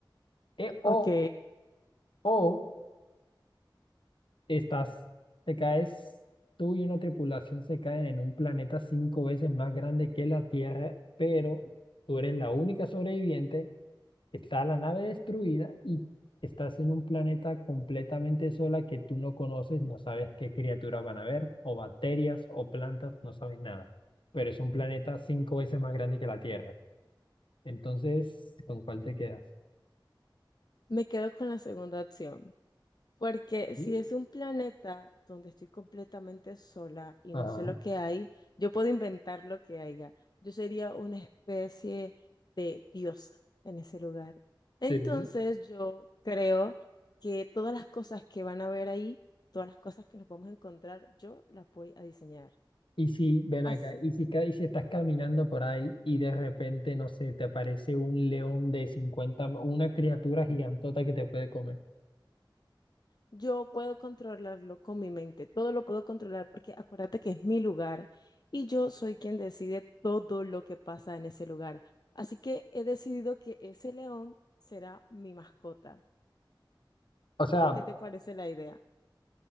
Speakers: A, on the left; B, on the left.
A: E- o,
B: ok.
A: o estás, te caes, tú y una tripulación se caen en un planeta cinco veces más grande que la Tierra, pero tú eres la única sobreviviente Está la nave destruida y estás en un planeta completamente sola que tú no conoces, no sabes qué criaturas van a ver, o bacterias, o plantas, no sabes nada. Pero es un planeta cinco veces más grande que la Tierra. Entonces, ¿con cuál te quedas?
B: Me quedo con la segunda opción, porque
A: ¿Mm?
B: si es un planeta donde estoy completamente sola y
A: Ajá.
B: no sé lo que hay, yo puedo inventar lo que haya. Yo sería una especie de diosa en ese lugar. Entonces
A: ¿Sería?
B: yo creo que todas las cosas que van a ver ahí, todas las cosas que nos vamos a encontrar, yo las voy a diseñar.
A: Y si, ven
B: así
A: acá, y si, ca- y si estás caminando por ahí y de repente, no sé, te aparece un león de 50 m- una criatura gigantota que te puede comer.
B: Yo puedo controlarlo con mi mente, todo lo puedo controlar porque acuérdate que es mi lugar y yo soy quien decide todo lo que pasa en ese lugar. Así que he decidido que ese león será mi mascota.
A: O sea,
B: ¿Qué te parece la idea?